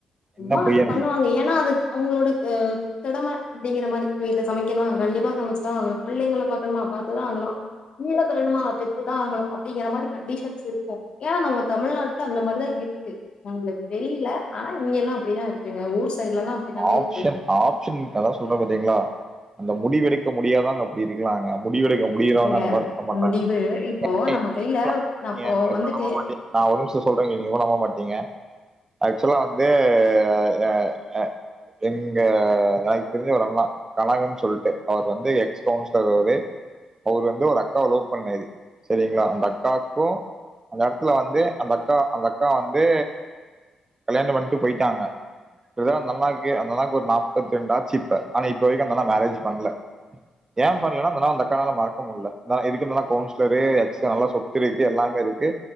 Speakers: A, on the left; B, on the right.
A: சும்மா
B: என்ன பொய்யா
A: பண்ணுவாங்க
B: நடிக்க?
A: ஏன்னா அதுக் அவ்ங்களோட ஆ கடம அப்டிங்கிற மாறி வீட்ல சமைக்கணு கண்டிப்பா சமச்சுதா ஆகணு பிள்ளைங்கள பாக்கணுமா பாத்துதா ஆகணு <unintelligible> பெத்துதா ஆகணு அப்டிங்கெற மாறி கன்டிஷன்ஸ் இருக்கு ஏன்னா நம்ம தமிழ்நாட்ல அந்த மாறி தா இருக்கு உங்களுக் தெரியில ஆனா இங்கெல்லா அப்டிதா இருக்குங்க ஊர் சைட்லல்லா அப்டிதாங்க
B: ஆப்ஷன்
A: இருக்கு
B: ஆப்ஷன் அதா சொல்ற பாத்தீங்ளா அந்த முடிவெடுக்க முடியாதாங்க அப்டி இருக்குலாங்க முடிவெடுக்க முடியறவங்க
A: ஏங்க
B: அந்த மாறி இருக்க மாட்டாங்க
A: முடிவு இப்போ
B: <unintelligible>
A: நம்ம கையில அப்போ வந்துட்டு
B: நா ஒரு நிமிஷோ சொல்ற கேளுங்க சொன்னா நம்ப மாட்டீங்க ஆக்சுலா வந்து ஆ ஆ ஆ எங்க எனக்கு தெரிஞ்ச ஒரு அண்ணா கனகுன் சொல்ட்டு அவர் வந்து எக்ஸ் கவுன்சுலர் அவுரு அவுரு வந்து ஒரு அக்காவ லவ் பண்ணாரு சரிங்ளா அந்த அக்காக்கு அந்த எடத்ல வந்து அந்த அக்கா அந்த அக்கா வந்து கல்யாணம் பண்ட்டு போய்ட்டாங்க <unintelligible> அந்த அண்ணா க்கு அந்த அண்ணாக்கு ஒரு நாப்பத்திரெண்டாச்சு இப்ப ஆனா இப்ப வரைக்கு அந்தண்ணா மேரேஜ் பண்ல ஏம் பண்லணா அந்தண்ணா அந்தக்கானால மறக்க முட்ல தா இதுக்கு இந்தண்ணா கவுன்ஸ்லரு எக்ஸ் நல்லா சொத்து இருக்கு எல்லாமே இருக்கு